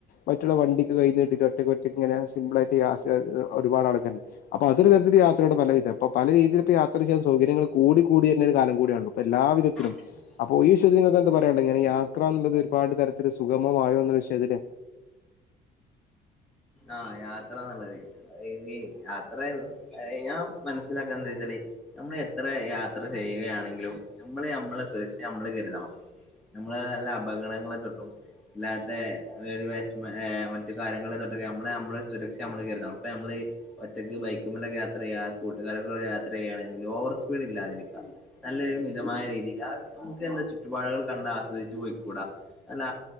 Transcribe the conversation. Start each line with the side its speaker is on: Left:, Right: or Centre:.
Left: മറ്റുള്ള വണ്ടിക്ക് കയ് നീട്ടി ഒറ്റക്കൊറ്റക്ക് ഇങ്ങനെ സിമ്പിളായിട്ട് യാസ് ഒരുപാട് ആൾക്കാരുണ്ട് അപ്പൊ അതൊ രു തരത്തിൽ യാത്രയുടെ ഫലായിട്ട പ്പംപല രീതിൽ ഇപ്പോ യാത്ര ചെയ്യാൻ സകര്യങ്ങള് കൂടി കൂടിവരുന്ന ഒരു കാലം കൂടി യണല്ലോ ഇപ്പ എല്ലാവിധത്തിലും
Centre: ഉം
Left: അപ്പൊ ഈ വിഷയത്തിൽ നിങ്ങൾക്ക് എന്തൊ പറയാനുണ്ടൊ ഇങ്ങനെ യാത്ര എന്നുള്ളത് ഒരുപാട് തരത്തില് സുഖമമായോ എന്നുള്ള വിഷയത്തില്
Centre: ആഹ് യാത്ര ന്ന് ള്ളത് യാത്ര ഞാൻ മനസ്സിലാക്കാൻ എന്താ വച്ചാല്േ നമ്മൾ എത്ര യാത്ര ചെയ്യുകയാണെങ്കിലും നമ്മള് നമ്മളെ സുരക്ഷ നമ്മള് കരുതണം നമ്മള് നല്ലാ അപകടങ്ങളെ തൊട്ടും അല്ലാത്ത വിഷമം മറ്റു കാര്യങ്ങളെ തൊട്ടും നമ്മള് നമ്മള് സുരക്ഷ നമ്മള് കരുതണം അപ്പ നമ്മള് ഒറ്റയ്ക്ക് ബൈക്കുമലൊക്കെ യാത്ര ചെയ്യുക കൂട്ടുകാരെ കൂടെ യാത്ര ചെയ്യുകയാണെങ്കിൽ ഓവർ സ്പീഡ് ഇല്ലാതിരിക്കാം നല്ലൊരു മിതമായ രീതിയിൽ ആ നമുക്ക് എന്താ ചുറ്റുപാടുകൾ കണ്ട് ആസ്വദിച്ചു പോയിക്കൂടാ നല്ല